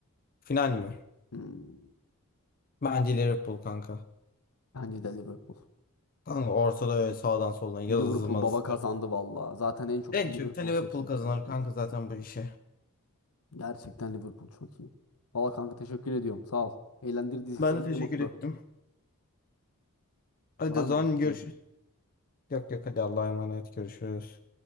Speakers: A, on the left; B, on the left.
A: Final mi?
B: Hmm.
A: Bence Liverpool kanka.
B: Bence de Liverpool.
A: Kanka ortada öyle sağdan soldan yazı
B: Liverpool
A: mazı.
B: baba kazandı valla. Zaten en çok
A: En
B: da Liverpool
A: çok da Liverpool
B: seçim,
A: kazanır
B: seçilmiş.
A: kanka zaten bu işe.
B: Gerçekten Liverpool çok iyi. Valla kanka teşekkür ediyorum. Sağ ol. Eğlendirdiyse
A: Ben
B: seni
A: de teşekkür
B: ne mutlu.
A: ettim. Hadi
B: Var
A: o zaman
B: mı bir isteğin?
A: görüşürüz. Yok yok hadi Allah'a emanet görüşürüz.